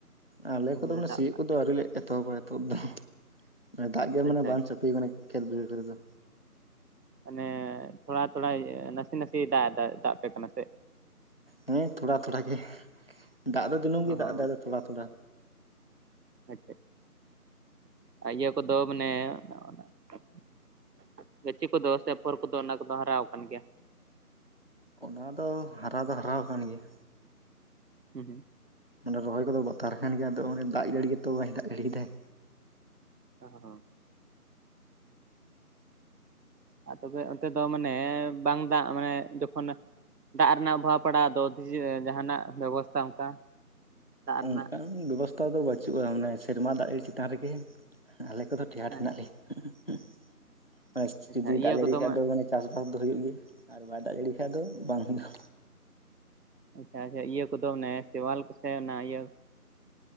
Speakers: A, on the left; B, on the right.
A: ᱟᱞᱮ
B: ᱩᱭᱦᱟᱹᱨ
A: ᱠᱚᱫᱚ ᱢᱟᱱᱮ
B: ᱫᱟᱜ
A: ᱥᱤᱭᱳᱜ
B: ᱫᱟᱜ
A: ᱠᱚ ᱫᱚ
B: ᱛᱮ
A: ᱟᱹᱣᱨᱤ ᱞᱮ ᱮᱛᱚᱦᱚᱵᱟ ᱱᱤᱛᱚᱜ ᱫᱚ <unintelligible> ᱫᱟᱜ ᱜᱮ
B: ᱟᱪᱪᱷᱟ
A: ᱢᱟᱱᱮ ᱵᱟᱝ
B: ᱟᱪᱪᱷᱟ
A: ᱪᱟᱹᱯᱤ ᱟᱠᱟᱱᱟ ᱠᱷᱮᱛ ᱵᱟᱹᱭᱦᱟᱹᱲ ᱠᱚᱨᱮ ᱫᱚ
B: ᱢᱟᱱᱮ ᱛᱷᱚᱲᱟ ᱛᱷᱚᱲᱟᱛ ᱱᱟᱥᱮ ᱱᱟᱥᱮᱭ ᱫᱟᱜ ᱮᱫᱟ ᱫᱟᱜ ᱟᱯᱮ ᱠᱟᱱᱟ ᱥᱮ
A: ᱦᱮᱸ ᱛᱷᱚᱲᱟ ᱛᱷᱚᱲᱟ ᱜᱮ ᱫᱟᱜ ᱫᱚ ᱫᱤᱱᱟᱹᱢ
B: ᱚ
A: ᱜᱮ
B: ᱦᱚᱸ
A: ᱫᱟᱜ ᱫᱟᱭ ᱟᱫᱚ ᱛᱷᱚᱲᱟ ᱛᱷᱚᱲᱟ
B: ᱟᱪᱪᱷᱟ ᱟᱨ ᱤᱭᱟᱹ ᱠᱚ ᱫᱚ ᱢᱟᱱᱮ <unintelligible> ᱜᱟᱹᱪᱷᱤ ᱠᱚᱫᱚ ᱥᱮ ᱟᱯᱷᱚᱨ ᱠᱚᱫᱚ ᱚᱱᱟ ᱠᱚᱫᱚ ᱦᱟᱨᱟᱣ ᱠᱟᱱ ᱜᱮᱭᱟ
A: ᱚᱱᱟ ᱫᱚ ᱦᱟᱨᱟ ᱫᱚ ᱦᱟᱨᱟᱣ ᱠᱟᱱ ᱜᱮᱭᱟ
B: <unintelligible>
A: ᱚᱱᱟ ᱨᱚᱦᱚᱭ ᱠᱚᱫᱚ ᱵᱟᱛᱟᱨ ᱠᱟᱱ ᱜᱮᱭᱟ ᱟᱫᱚ ᱫᱟᱜ ᱡᱟᱹᱲᱤ ᱜᱮ ᱛᱚ ᱵᱟᱭ ᱫᱟᱜ ᱡᱟᱲᱤᱭᱫᱟᱭ
B: <unintelligible>
A: <inaudible>
B: ᱟᱨ ᱛᱚᱵᱮ ᱚᱱᱛᱮ ᱫᱚ ᱢᱟᱱᱮ ᱵᱟᱝ ᱫᱟᱜ ᱢᱟᱱᱮ ᱡᱚᱠᱷᱚᱱ ᱫᱟᱜ ᱨᱮᱱᱟᱜ ᱚᱵᱷᱟᱵᱽ ᱯᱟᱲᱟᱜᱼᱟ᱾ ᱟᱫᱚ ᱡᱟᱦᱟᱱᱟᱜ ᱵᱮᱵᱚᱥᱛᱷᱟ ᱚᱱᱠᱟ ᱫᱟᱜ ᱨᱮᱱᱟᱜ
A: ᱚᱱᱠᱟᱱ ᱵᱮᱵᱚᱥᱛᱷᱟ ᱫᱚ ᱵᱟᱹᱪᱩᱜᱼᱟ᱾ ᱢᱟᱱᱮ ᱥᱮᱨᱢᱟ ᱫᱟᱜ ᱡᱟᱹᱲᱤ ᱪᱮᱛᱟᱱ ᱨᱮᱜᱮ ᱟᱞᱮ ᱠᱚᱫᱚ, ᱴᱮᱸᱦᱟᱸᱴ
B: ᱦᱮᱸ
A: ᱦᱮᱱᱟᱜ ᱞᱮᱭᱟ
B: ᱟᱪᱪᱷᱟ
A: ᱡᱩᱫᱤ
B: ᱤᱭᱟᱹ
A: ᱫᱟᱜ ᱡᱟᱹᱲᱤ
B: ᱠᱚᱫᱚ
A: ᱠᱷᱟᱡ ᱫᱚ ᱢᱟᱱᱮ ᱪᱟᱥ ᱵᱟᱥ ᱫᱚ ᱦᱳᱭᱳᱜ ᱜᱮᱭᱟ᱾ ᱟᱨ ᱵᱟᱭ ᱫᱟᱜ ᱡᱟᱲᱤᱭ ᱠᱷᱟᱡ ᱫᱚ ᱵᱟᱝ ᱦᱳᱭᱳᱜᱼᱟ᱾
B: ᱟᱪᱪᱷᱟ ᱟᱪᱪᱷᱟ ᱤᱭᱟᱹ ᱠᱚ ᱫᱚ ᱱᱮ ᱥᱮᱣᱟᱞ ᱠᱚ ᱥᱮ ᱚᱱᱟ ᱤᱭᱟᱹ?